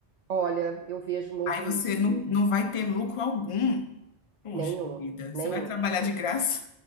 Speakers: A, on the right (about 60°); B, on the left (about 45°).
A: Olha, eu vejo muito
B: Aí você
A: isso,
B: não,
A: viu?
B: não vai ter lucro algum. Poxa
A: Nenhum,
B: vida, você
A: nenhum.
B: vai trabalhar
A: E
B: de graça?